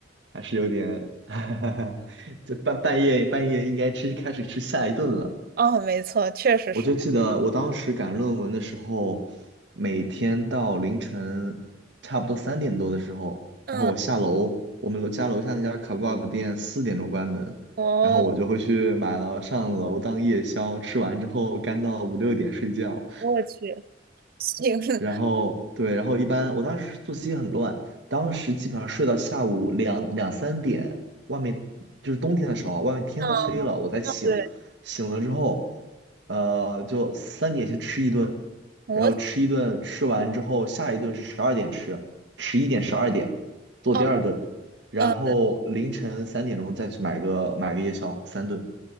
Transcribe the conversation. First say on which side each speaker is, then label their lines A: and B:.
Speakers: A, on the right; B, on the right.
A: 还是有点，<laughs> 这半半夜半夜应该吃开始吃下一顿了。
B: 啊，没错，确实是。
A: 我就记得我当时赶论文的时候，每天到凌晨差不多三点多的时候，
B: 嗯，
A: 然后我下楼，我们楼家楼下那家卡 e b a 店四点钟关门，
B: 哦，
A: 然后我就会去买了上楼当夜宵，吃完之后干到五六点睡觉，
B: 我去，行，<laughs>
A: 然后对，然后一般我当时作息很乱，当时基本上睡到下午两两三点，外面就是冬天的时候啊，外面天都黑了，
B: 嗯，
A: 我才醒。
B: 对，
A: 醒了之后，呃，就三点先吃一顿，
B: 我
A: 然后吃一顿，吃完之后下一顿是十二点吃，十一点十二点做第二顿，
B: 哦，
A: 然后凌晨三点钟再去买个买个夜宵，
B: 嗯
A: 三顿，